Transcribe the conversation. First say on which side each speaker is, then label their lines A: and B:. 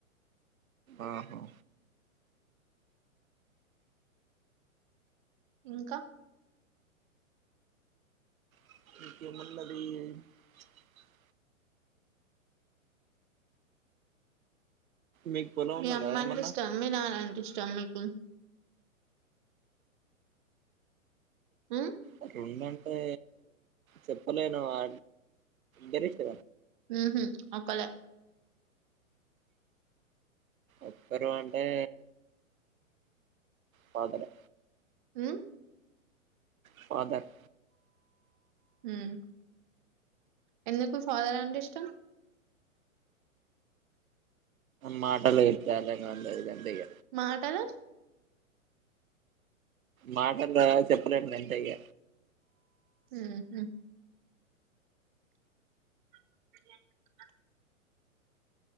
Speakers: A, on the right; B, on the right.
A: ఆహా
B: ఇంకా
A: <unintelligible> మీకు పొలం
B: మీ
A: ఉన్నదా
B: అమ్మ
A: ఏమన్నా
B: అంటే ఇష్టం మీ నాన్న అంటే ఇష్టమా మీకు ఉ
A: అట్లాండంటే చెప్పలేను ఆ కెరిట్
B: మ్ హు ఒక్కలే
A: ఒక్కరు అంటే ఫాదరే
B: మ్
A: ఫాదర్
B: మ్ ఎందుకు ఫాదర్ అంటే ఇష్టం.
A: మాటలు ఐతే అర్ధం కావట్లేదు అంతే ఇగ
B: మాటలు
A: మాటల్లో చెప్పలేం అంతే ఇగ
B: మ్ హు అ <unintelligible>